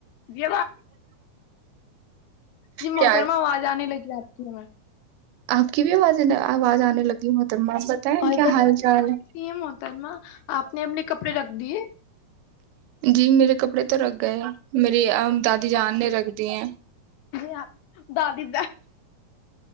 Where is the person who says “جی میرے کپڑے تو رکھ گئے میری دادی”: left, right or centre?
Right